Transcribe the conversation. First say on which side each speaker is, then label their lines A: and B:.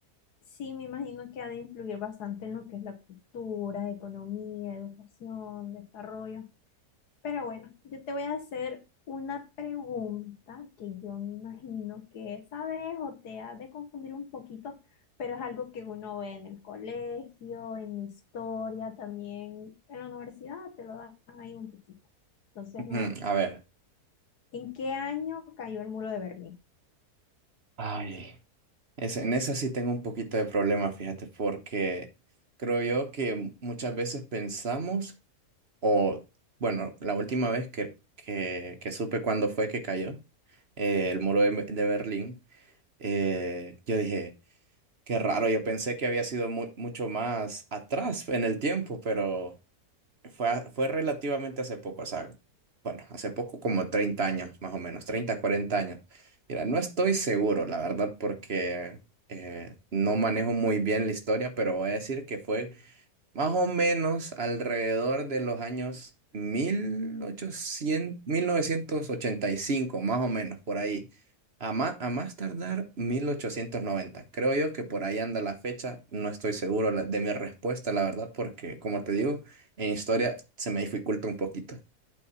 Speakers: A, on the left; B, on the right.
A: sí, me imagino que ha de influir bastante en lo que es la cultura, economía, educación, desarrollo. Pero bueno, yo te voy a hacer una pregunta que yo me imagino que sabes o te has de confundir un poquito, pero es algo que uno ve en el colegio, en historia, también en la universidad, te lo dan ahí un poquito. Entonces,
B: Ujú,
A: me,
B: A ver.
A: ¿En qué año cayó el muro de Berlín?
B: Ay. Es- en esa sí tengo un poquito de problema, fíjate, porque creo yo que muchas veces pensamos, o bueno, la última vez que, que, que supe cuándo fue que cayó eh, el muro de, de Berlín, eh, yo dije, qué raro, yo pensé que había sido mu- mucho más atrás en el tiempo, pero... Fue, a- fue relativamente hace poco, o sea, bueno, hace poco como 30 años, más o menos, 30, 40 años. Mira, no estoy seguro, la verdad, porque eh, no manejo muy bien la historia, pero voy a decir que fue más o menos alrededor de los años mil ochocientos, mil novecientos ochenta y cinco más o menos por ahí. A más, a más tardar mil ochocientos noventa Creo yo que por ahí anda la fecha. No estoy seguro la- de mi respuesta, la verdad, porque como te digo, en historia se me dificulta un poquito.